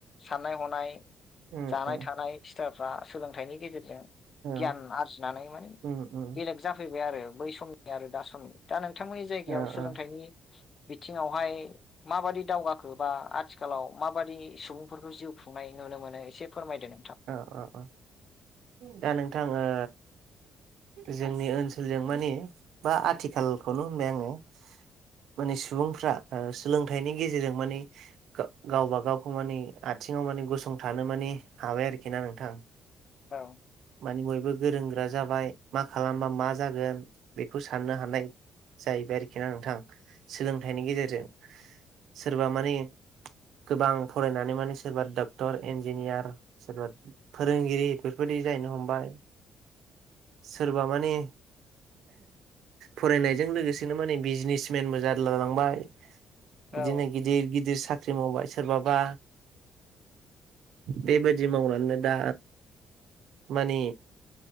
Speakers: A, on the left; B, on the right.
A: साननाय हनाय
B: उम
A: जानाय
B: उम
A: थानाय सिथाफ्रा सोलोंथाइनि गेजेरजों
B: औ
A: गियान आरजिनानै माने
B: उम उम
A: बेलेग जाफैबाय आरो बै समनि आरो दा समनि दा नों थांमोननि जायगायाव
B: ओ
A: सोलोंथाइनि
B: ओ
A: बिथिङावहाय माबादि दावगाखो बा आथिखालाव माबादि सुबुंफोरखौ जिउ खुंनाय नुनो मोनो एसे फोरमायदो नोंथां
B: औ औ औ दा नोंथां ओ जोंनि ओनसोलजों माने बा आथिखालखौनो होनबाय आङो। माने सुबुंफ्रा ओ सोलोंथाइनि गेजेरजों माने गावबा गावखौ माने आ सिङाव माने गसंथानो माने हाबाय आरोखि ना नोंथां।
A: औ
B: माने बयबो गोरों गोरा जाबाय। मा खालामबा मा जागोन बेखौ साननो हानाय जाहैबाय आरोखि ना नोंथां। सोलोंथाइनि गेजेरजों सोरबा माने गोबां फरायनानै माने सोरबा डक्टर, इन्जिनियार सोरबा फोरोंगिरि बेफोरबायदि जा नो हमबाय सोरबा माने फरायनायजों लोगोसेनो माने बिजनेसमेनबो जारला लांबाय।
A: औ
B: बिदिनो गिदिर गिदिर साख्रि मावबाय सोरबाबा बेबायदि मावनानै दा माने